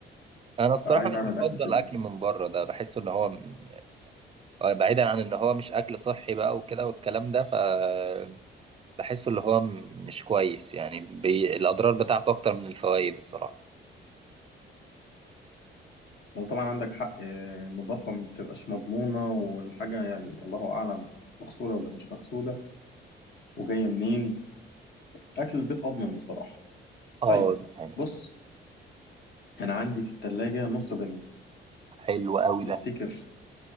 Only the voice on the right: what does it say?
انا الصراحة
مش
بفضل
اكل من بره ده بحس ان هو م- آه، بعيدا عن ان هو مش اكل صحي بقى وكده والكلام ده فبحسه اللي هو م- مش كويس يعني بي... الاضرار بتاعته اكتر من الفوائد الصراحة
اه
دي حقيقة.
حلو قوي
ده